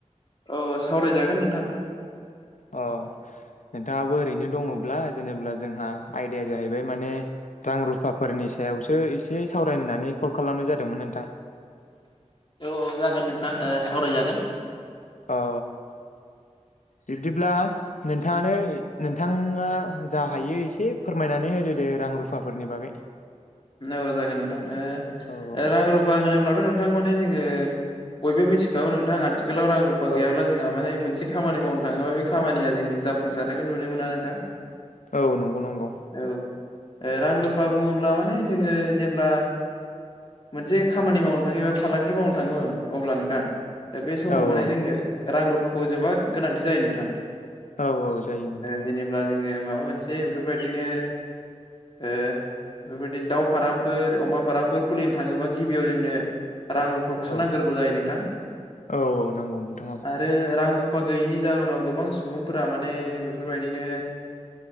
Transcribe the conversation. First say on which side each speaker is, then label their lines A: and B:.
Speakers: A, on the left; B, on the left.
A: औ सावरायजागोन नोंथां
B: अ नोंथाङाबो ओरैनो दङब्ला जेनेब्ला जोंहा आयदाया जाहैबाय माने रां रुफाफोरनि सायाव सायावसो एसे सावरायनो होननानै कल खालामनाय जादोंमोन नोंथां
A: औ जागोन नोंथां सावरायजागोन
B: औ बिब्दिब्ला नोंथाङानो नोंथाङा जा हायो एसे फोरमायनानै होदो दे रां रुफाफोरनि बागै
A: औ जागोन नोंथां
B: औ
A: रां रुफा होनोब्लाथ' नोंथां नोंथां माने जोङो बयबो मिथिखागौ नोंथां आथिखालाव रां रुफा
B: औ
A: गैयाब्ला जोंहा माने मोनसे खामानि मावनो थाङोबा बे खामानिया जों जाफुंसारनायखौ नुनो मोना नोंथां
B: औ नंगौ नंगौ
A: औ रां रुफा बुङोब्ला माने जोङो जेब्ला मोनसे खामानि मावनो थाङो एबा फालांगि मावनो थाङो अब्ला नोंथां दा बे समाव
B: औ
A: माने
B: औ
A: जोंनो रां रुफाखौ जोबोद गोनांथि जायो नोंथां
B: औ औ जायो नोंथां
A: जेनेबा जोङो मा माबा मोनसे बेफोरबायदिनो बेफोरबायदिनो दाउ फारामफोर अमा फारामफोर खुलिनो थाङोबा गिबियाव जोंनो रां रुफाखौसो
B: औ
A: नांगोरगौ जायो नोंथां
B: औ औ नांगौ नोंथां औ
A: आरो रां रु अफा गैयैनि जाहोनाव गोबां सुबुंफोरा माने बेफोरबायदिनो